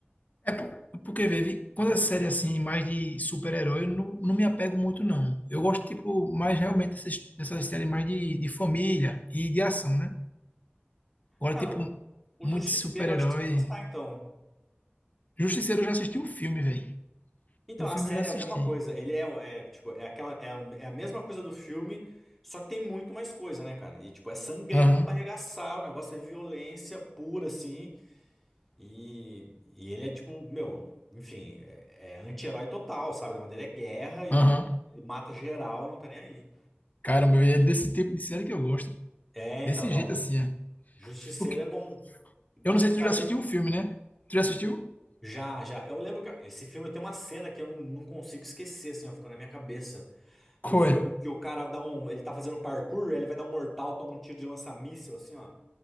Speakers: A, on the left; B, in the centre.
A: É por- porque, vê, vi- quando é série assim, mais de super-herói, eu não, não me apego muito, não. Eu gosto, tipo, mais realmente dessas, dessas séries mais de, de família e de ação, né? Agora,
B: Cara,
A: tipo,
B: o
A: muito
B: Justiceiro
A: super-herói.
B: eu acho que você vai gostar então.
A: Justiceiro eu já assisti o filme, velho.
B: Então,
A: O
B: a
A: filme
B: série
A: eu já assisti.
B: é a mesma coisa. Ele é, é, tipo, é aquela, é, a é a mesma coisa do filme, só que tem muito mais coisa, né, cara? E, tipo, é sangrento
A: Aham,
B: pra arregaçar, o negócio é violência pura, assim. E, e ele é, tipo, meu, enfim, é, é anti-herói total, sabe? O negócio dele é guerra e
A: aham.
B: ele mata geral e não tá nem aí.
A: Caramba, véi, é desse tipo de série que eu gosto.
B: É,
A: Desse
B: então, não.
A: jeito assim, é.
B: Justiceiro
A: Porque,
B: é bom. Eu
A: eu
B: Acho
A: não sei
B: que
A: se
B: saiu
A: tu já assistiu o filme, né? Tu já assistiu?
B: já, já. Eu lembro que esse filme tem uma cena que eu não, não consigo esquecer, assim, ó, ficou na minha cabeça.
A: Qual
B: do filme,
A: é?
B: que o cara dá um. Ele tá fazendo parkour, ele vai dar um mortal, toma um tiro de lança-míssil, assim, ó.